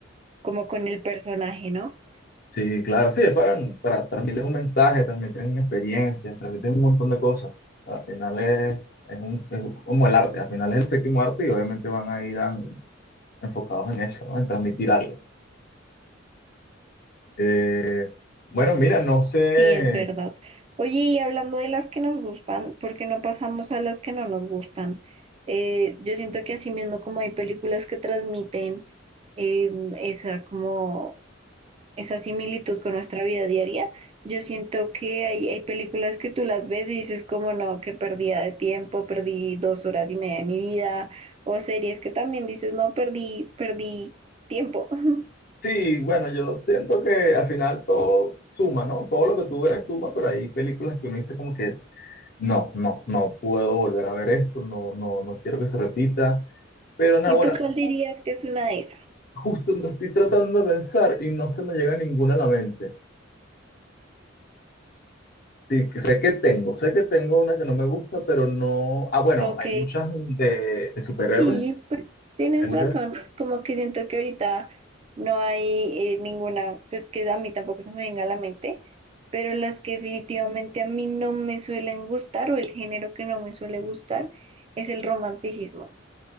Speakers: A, on the right; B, on the left.
A: como con el personaje, ¿no?
B: Sí, claro, sí, es para, para transmitir un mensaje, transmiten experiencias, transmiten un montón de cosas. Al final es, es, un, es como el arte, al final es el séptimo arte y obviamente van a ir an- enfocados en eso, ¿no? En transmitir algo. Eh, bueno, mira, no sé.
A: Sí, es verdad. Oye, y hablando de las que nos gustan, ¿por qué no pasamos a las que no nos gustan? Eh, yo siento que así mismo como hay películas que transmiten eh, esa como esa similitud con nuestra vida diaria, yo siento que hay, hay películas que tú las ves y dices como no, que perdida de tiempo, perdí dos horas y media de mi vida, o series que también dices no, perdí, perdí tiempo. <laughs>
B: Sí, bueno, yo siento que al final todo suma, ¿no? Todo lo que tú ves suma, pero hay películas que uno dice como que no, no, no puedo volver a ver esto, no, no, no quiero que se repita. Pero nada,
A: ¿Y
B: bueno,
A: tú cuál
B: ju-
A: dirías que es una de esas?
B: justo lo estoy tratando de pensar y no se me llega ninguna a la mente. Sí, que sé que tengo, sé que tengo una que no me gusta, pero no. Ah, bueno,
A: Ok,
B: hay muchas de, de superhéroes,
A: Sí, pues tienes
B: hay muchas.
A: razón, como que siento que ahorita no hay eh, ninguna, pues que a mí tampoco se me venga a la mente, pero las que definitivamente a mí no me suelen gustar o el género que no me suele gustar es el romanticismo.